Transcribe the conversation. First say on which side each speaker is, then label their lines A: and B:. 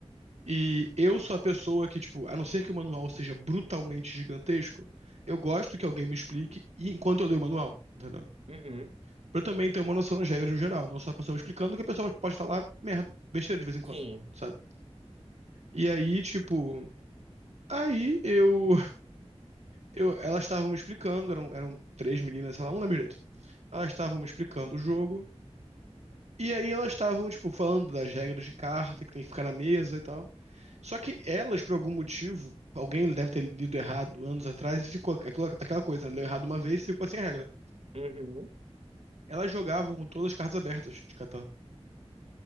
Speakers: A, on the right; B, on the right.
A: E eu sou a pessoa que, tipo, a não ser que o manual seja brutalmente gigantesco, eu gosto que alguém me explique e- enquanto eu leio o manual, entendeu?
B: uhum,
A: Pra eu também ter uma noção das regras no geral, não só a pessoa me explicando, que a pessoa pode falar merda, besteira de vez em quando,
B: sim,
A: sabe? E aí, tipo, aí eu, eu elas estavam me explicando, eram, eram três meninas, sei lá, não lembro direito. Elas estavam me explicando o jogo, E aí elas estavam, tipo, falando das regras de carta, que tem que ficar na mesa e tal. Só que elas, por algum motivo, alguém deve ter lido errado anos atrás e ficou aquela, aquela coisa, né? Leu errado uma vez e ficou sem regra.
B: uhum.
A: Elas jogavam com todas as cartas abertas de Catan.